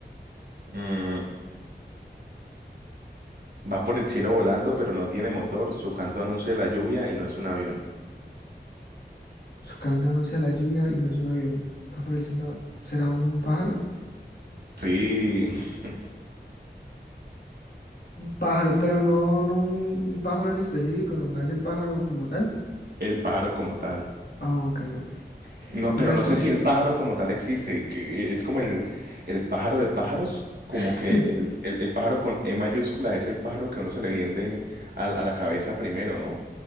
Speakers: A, on the right; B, on the left.
A: mm, va por el cielo volando, pero no tiene motor, su canto anuncia la lluvia y no es un avión.
B: Su canto anuncia la lluvia y no es un avión. Va floreciendo. ¿Será un pájaro?
A: Sí, <laughs>
B: Un pájaro, pero no, no un, un pájaro en específico, nomás el pájaro como tal.
A: el pájaro como tal.
B: Ah, ok, ok.
A: No,
B: Mira
A: pero no
B: que...
A: sé si el pájaro como tal existe, que e, es como el, el pájaro de pájaros, como
B: <laughs>
A: que el, el- el pájaro con E mayúscula es el pájaro que uno se le viene a, a la cabeza primero, ¿no?